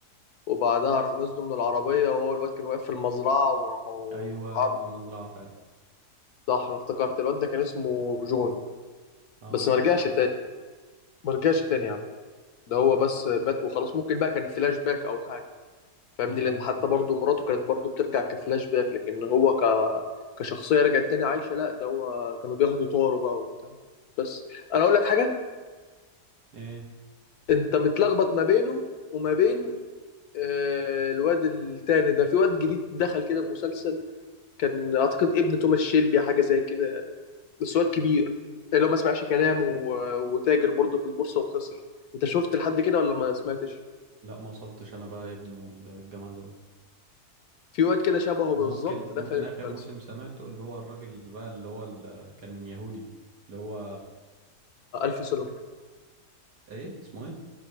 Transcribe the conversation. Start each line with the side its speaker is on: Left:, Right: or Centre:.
Left: وبعدها راح نزلوا من العربية وهو الواد كان واقف في المزرعة وراحوا
Right: ايوه
Left: قعدوا
Right: في المزرعه فعلا
Left: صح انا افتكرت الواد ده كان اسمه جون
Right: اه
Left: بس ما رجعش تاني ما رجعش تاني يا عم ده هو بس مات وخلاص ممكن بقى كان فلاش باك او حاجه فاهمني
Right: مش
Left: لان
Right: عارف
Left: حتى
Right: بقى
Left: برضه مراته كانت برضه بترجع كفلاش باك لكن هو ك كشخصيه رجعت تاني عايشه لا ده هو كانوا بياخدوا طاره بقى وبتاع بس انا اقول لك حاجه
Right: ايه
Left: انت متلخبط ما بينه وما بين آه، الواد التاني ده في واد جديد دخل كده المسلسل كان اعتقد ابن توماس شيلبي حاجه زي كده بس واد كبير اللي هو ما سمعش كلام و... وتاجر برضه في البورصه وخسر انت شفت لحد كده ولا ما سمعتش
Right: لا ما وصلتش انا بقى ابنه الجامعة ده
Left: في واد كده شبهه
Right: ممكن
Left: بالظبط دخل
Right: ممكن اخر
Left: المسلسل
Right: موسم سمعته اللي هو الراجل بقى اللي هو ال- كان يهودي اللي هو
Left: آه، ألفي سوليفان
Right: ايه اسمه ايه